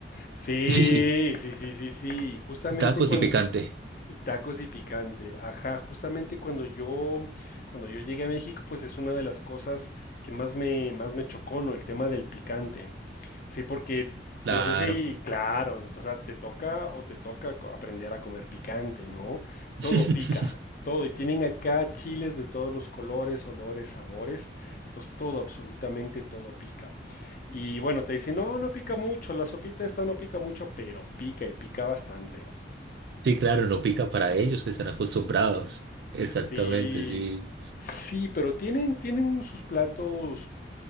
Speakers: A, on the left; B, on the right.
A: Sí,
B: <laughs> y
A: sí, sí, sí, sí. y Justamente
B: Tacos
A: cuando,
B: y picante.
A: Y tacos y picante. Ajá, justamente cuando yo, cuando yo llegué a México, pues es una de las cosas que más me, más me chocó, ¿no? El tema del picante. Sí, porque
B: Claro.
A: no sé si, claro, o sea, te toca o te toca co- aprender a comer picante, ¿no? Todo
B: <laughs>
A: pica, todo. Y tienen acá chiles de todos los colores, olores, sabores. Entonces, todo, absolutamente todo pica. Y bueno, te dicen, no, no pica mucho, la sopita esta no pica mucho, pero pica y pica bastante.
B: Sí, claro, no pica para ellos que están acostumbrados. Exactamente,
A: Sí,
B: sí.
A: sí, pero tienen, tienen sus platos